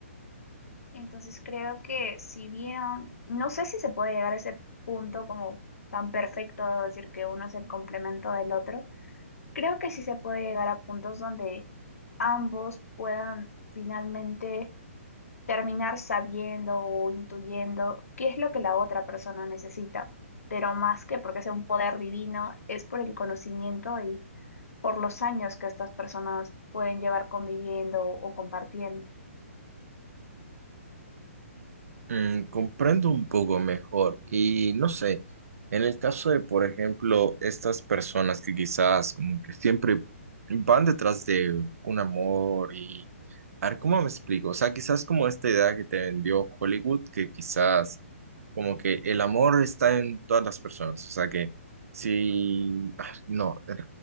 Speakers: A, on the left (about 85°); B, on the right (about 80°).
A: Entonces creo que si bien, no sé si se puede llegar a ese punto como tan perfecto, de decir que uno es el complemento del otro, creo que sí se puede llegar a puntos donde ambos puedan finalmente terminar sabiendo o intuyendo qué es lo que la otra persona necesita, pero más que porque sea un poder divino, es por el conocimiento y por los años que estas personas pueden llevar conviviendo o compartiendo.
B: Mm, comprendo un poco mejor y no sé, en el caso de, por ejemplo, estas personas que quizás como que siempre van detrás de un amor y, a ver, ¿cómo me explico? O sea, quizás como esta idea que te vendió Hollywood, que quizás como que el amor está en todas las personas, o sea que si, ah, no, de